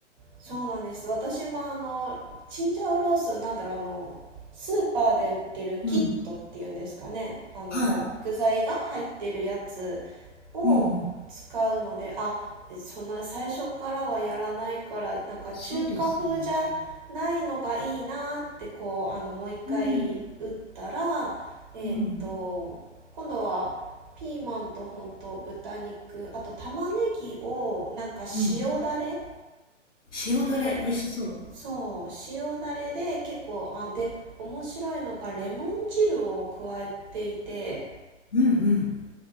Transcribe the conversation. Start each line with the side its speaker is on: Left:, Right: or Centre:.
Right: そうなんです。私もあのチンジャオロースはなんだろうあのスーパーで売ってるキットっていうんですかね。
Left: うん。
Right: あのもう具材が入ってるやつ
Left: はい。
Right: を使うので、
Left: うんうん。
Right: あ、そんな最初からはやらないからなんか中華風じゃないのがいいなってこうあのもう一回打ったら、
Left: そうですね。うん、
Right: えーっと今度はピーマンとほんと豚肉あと玉ねぎをなんか塩だれ
Left: うん、うん。塩だれ、
Right: で
Left: 美味しそ
Right: そう、塩だれで結構、あ、で、面白いのがレモン汁を加えていて、
Left: う。うん